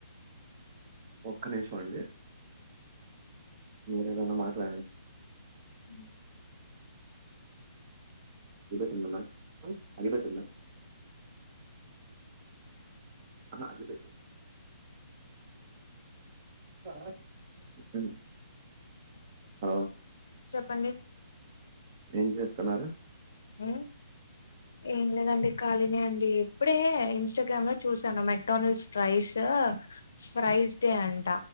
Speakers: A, on the right; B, on the left.
A: ఒక్క నిషం అండి మీరేదన్నా మాట్లాడన్
B: ఉం
A: ఇ పెట్టినున్న అమ్ అది పెట్ంద అన్న అగ్గిపె ఉం హలొ
B: చెప్పండి
A: ఏం చేస్తున్నారు
B: ఉమ్ ఏం లేదండి ఖాలీనె అండి ఇప్పుడే ఇన్స్టాగ్రామ్ లో చూసాను మెక్డనల్డ్స్ ప్రైస్ ఫ్రైస్ డే అంట